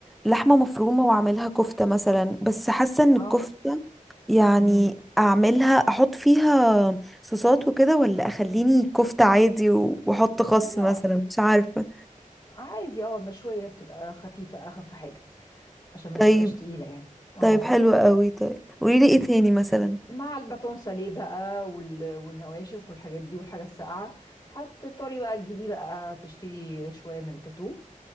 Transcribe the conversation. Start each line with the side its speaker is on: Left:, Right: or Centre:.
Centre: لحمة مفرومة واعملها كفتة مثلا بس حاسة ان
Left: اه
Centre: الكفتة يعني
Left: امم
Centre: اعملها احط فيها صوصات وكده ولا اخليني كفتة عادي و- واحط خس
Left: لا
Centre: مثلا مش عارفة
Left: عادي اه المشوية بتبقى خفيفة أخف حاجة عشان ما تبقاش
Centre: طيب
Left: تقيلة يعني اه
Centre: طيب حلو قوي طيب قوليلي ايه تاني مثلا
Left: مع الباتون ساليه بقى وال... والنواشف والحاجات دي والحاجة الساقعة هتضطري بقى تجيبيه بقى تشتري شوية من الجاتو